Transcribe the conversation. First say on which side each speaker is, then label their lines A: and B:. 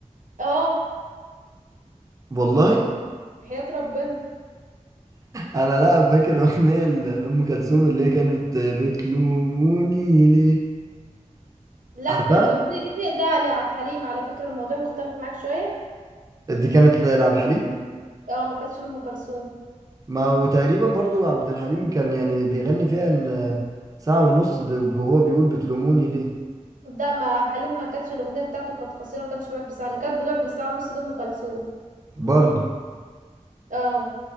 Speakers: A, on the right; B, on the right.
A: اه
B: والله
A: بحياة ربنا
B: انا لا فاكر الاغنيه ل- لام كلثوم اللي هي كانت بتلوموني ليه
A: لا
B: عارفها
A: بتلوميني ليه ده على عبد الحليم على فكرة الموضوع مختلط معاك شوية
B: دي كانت لعبد الحليم
A: اه ما كانتش لأم كلثوم
B: ما هو تقريبا برضو عبد الحليم كان يعني بيغني فيها ان ساعه ونص ب- وهو بيقول بتلوموني ليه
A: ده ما عبد الحليم ما كانتش الاغنيه بتاعته كانت قصيره ما كانش بيقعد بالساعه اللي كانت بتقعد بالساعه ونص دي ام كلثوم
B: برضو
A: اه